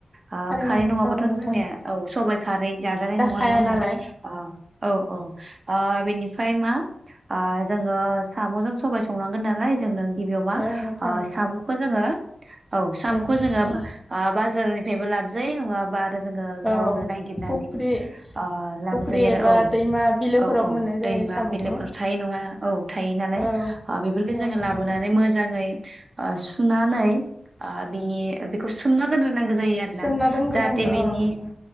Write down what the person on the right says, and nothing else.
ओ
खारै नङाबाथ'
जोंनिया औ सबाइ खारै जाजानाय
नङा नङा होनबा
ओ औ औ ओ बेनि फाय मा ओ जोङो साम'जों सबाय संनांगोन नालाय जोंनो गिबियाव मा
ओ सामुखो जोङो औ सामुखो
ओ जोङो
बाजारनिफ्रायबो लाब जायो नङा बा आरो जोङो
गावनो ननायागिरनानै
ओ लाबोजायो
आरो
औ
औ औ
दैमा
बिलोफोर थायो नङा। थायोनालाय
ओ बेफोरखो
जोङो लाबोनानै
मोजां ङै। ओ सुनानै ओ बिनि बिखौ सोमना दोनग्रोनांगो जायो आरो
ना
जाहाथे बिनि